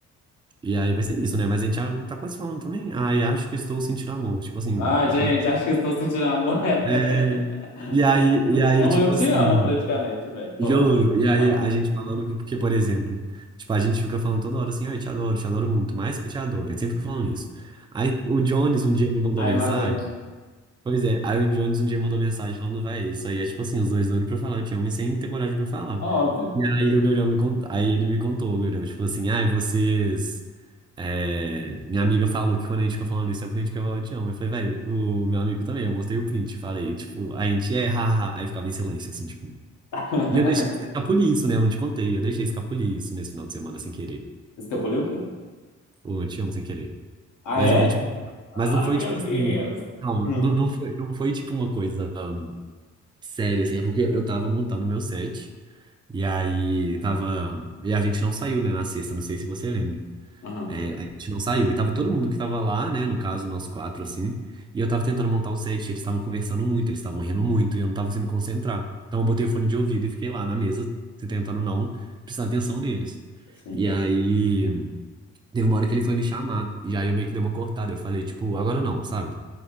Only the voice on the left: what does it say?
Ai, gente,
acho que estou sentindo amor. <laughs> É,
é, até- <laughs>
não-
é
é um
eu te
amo praticamente, velho. Porra.
Ah,
Ai,
eu não aguento.
Óbvio.
<laughs>
Escapuliu o quê?
Ah,
é?
Ai,
meu
Deus.
Hum.
Aham,
sim.